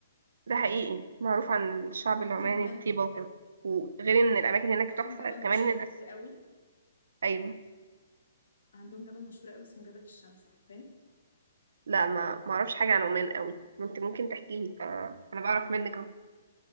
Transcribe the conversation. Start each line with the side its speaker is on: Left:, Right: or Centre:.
Right: ده حقيقي معروف عن الشعب
Left: تعرفي
Right: العماني
Left: كمان
Right: الطيبة وكده وغير ان الاماكن هناك
Left: عندهم
Right: تحفة
Left: جبل
Right: كمان
Left: مشهور
Right: الناس
Left: قوي
Right: ايوه
Left: عندهم جبل مشهور قوي اسمه جبل الشمس عارفاه
Right: لا ما ما اعرفش حاجة عن عمان قوي انت ممكن تحكي لي فانا بعرف منك اهو